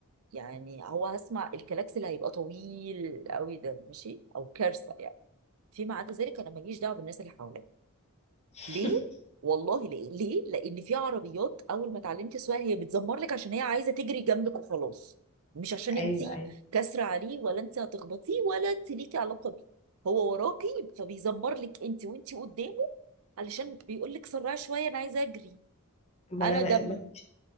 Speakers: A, on the right; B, on the left.
A: يعني هو هسمع الكلاكس اللي هيبقى طويل قوي ده ماشي او كارثه يعني فيما عدا ذلك انا ماليش دعوه بالناس اللي حواليا
B: <laughs>
A: ليه والله ليه ليه لان في عربيات اول ما اتعلمتي السواقه هي بتزمر لك عشان هي عايزه تجري جنبك وخلاص مش عشان انت
B: ايوه ايوه
A: كاسره عليه ولا انت هتخبطيه ولا انت ليكي علاقه بيه هو وراكي فبيزمر لك انت وانت قدامه علشان بيقول لك سرعي شويه انا عايزه اجري
B: ما
A: انا
B: انا ما
A: دم
B: ما-